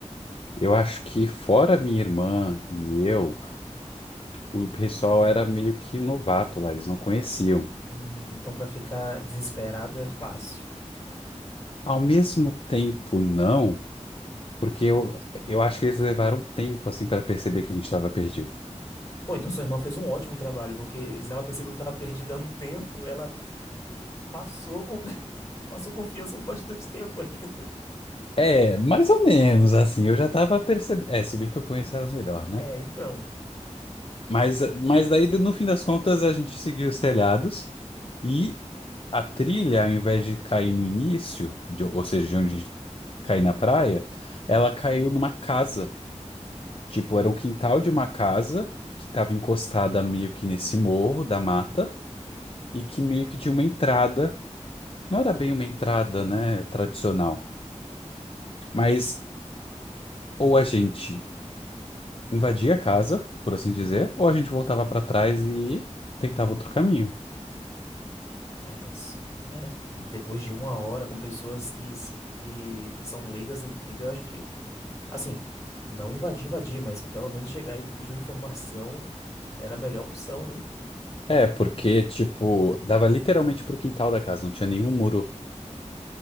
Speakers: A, on the left (about 50°); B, on the left (about 25°).
A: Eu acho que fora minha irmã e eu, o pessoal era meio que novato lá, eles não conheciam.
B: Hum, então pra ficar desesperado é fácil.
A: Ao mesmo tempo, não, porque eu, eu acho que eles levaram um tempo, assim, para perceber que a gente estava perdido.
B: Pô, então sua irmã fez um ótimo trabalho, porque se ela percebeu que tava perdida há um tempo, ela passou com... <laughs> passou confiança por bastante tempo ainda.
A: É, mais ou menos, assim, eu já tava percebendo. É, se bem que eu conheço ela melhor, né?
B: É, então.
A: Mas, mas daí, no fim das contas, a gente seguiu os telhados e a trilha, ao invés de cair no início, de- ou seja, de onde cair na praia, ela caiu numa casa. Tipo, era um quintal de uma casa que estava encostada meio que nesse morro da mata e que meio que tinha uma entrada Não era bem uma entrada, né, tradicional, mas ou a gente invadia a casa, por assim dizer, ou a gente voltava pra trás e tentava outro caminho.
B: É, mas, né, depois de uma hora com pessoas que, s- que são leigas em trilha, eu acho que, assim, não invadir, invadir, mas pelo menos chegar e pedir uma informação, Era a melhor opção, né?
A: É, porque, tipo, dava literalmente pro quintal da casa, não tinha nenhum muro